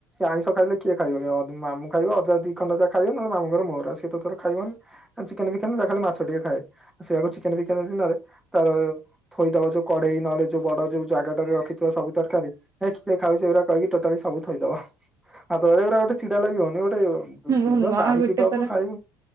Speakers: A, in the centre; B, on the right (about 35°).
A: ଆଇଁଷ ଖାଇଲେ କିଏ ଖାଇବ ମାମୁଁ ଖାଇବ ଅଜା ଦି ଖଣ୍ଡ ଯା ଖାଇବେ ନଲେ ମାମୁଁଙ୍କର ମୋର ସିଏ ତ ତାର ଖାଇବନି। ଚିକେନ୍ ଫିକେନ୍ ଯାହା ମାଛ ଟିକେ ଖାଏ ସେଆକୁ ଚିକେନ୍ ବିକେନ୍ ଦିନରେ ତାର ଥୋଇଦବ ଯୋଉ କଢେଇ ନହଲେ ଯୋଉ ବଡ ଯୋଉ ଜାଗାଟାରେ ରଖିଥିବା ସବୁ ତରକାରୀ ହେ କିଏ ଖାଉଚି ଏରା କହିକି ଟୋଟାଲି ସବୁ ଥୋଇଦବ ହାତ ପୁରା ଗୋଟେ ଚିଡା ଲାଗିବନି ଗୋଟେ
B: ମୋ
A: ଜିନିଷ
B: ମା
A: ବାଢିକି
B: ଗୋଟେ
A: ଦବୁ
B: ଥର
A: ଖାଇବୁ